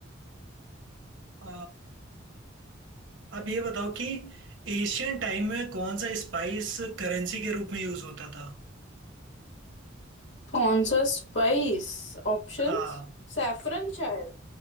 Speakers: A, on the right; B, on the left.
A: अ, आप ये बताओ कि एशियन टाइम में कौन सा स्पाइस करेंसी के रूप में यूज होता था
B: कौन सा स्पाइस ऑप्शंस
A: हाँ
B: सैफरन शायद